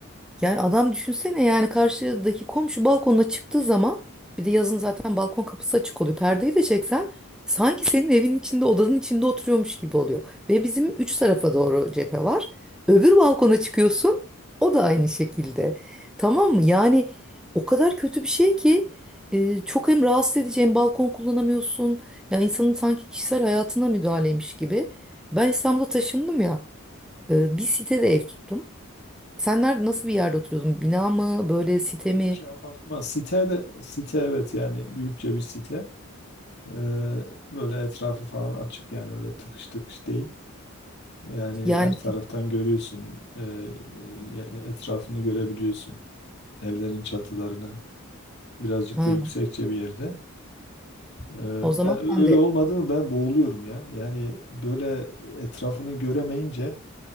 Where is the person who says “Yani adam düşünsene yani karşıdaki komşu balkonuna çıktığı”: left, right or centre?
Centre